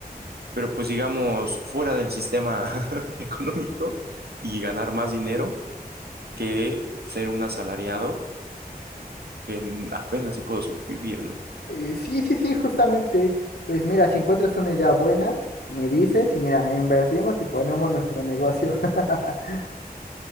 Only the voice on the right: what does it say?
pero pues digamos fuera del sistema <laughs> económico y ganar más dinero que ser un asalariado que apenas si puedo sobrevivir, ¿no?